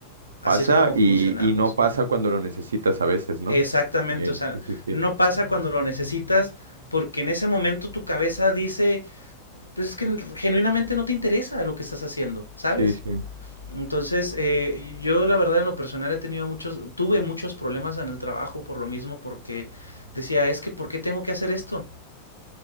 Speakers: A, on the left (about 80°); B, on the right (about 70°).
A: Así
B: Pasa
A: es como funcionamos.
B: y, y no pasa cuando lo necesitas a veces, ¿no?
A: Exactamente,
B: Eh,
A: o sea,
B: sí, sí, sí.
A: no pasa cuando lo necesitas, porque en ese momento tu cabeza dice, pues es que genuinamente no te interesa lo que estás haciendo, ¿sabes?
B: Sí, sí.
A: Entonces, eh, yo la verdad en lo personal he tenido muchos, tuve muchos problemas en el trabajo por lo mismo, porque decía, es que ¿por qué tengo que hacer esto?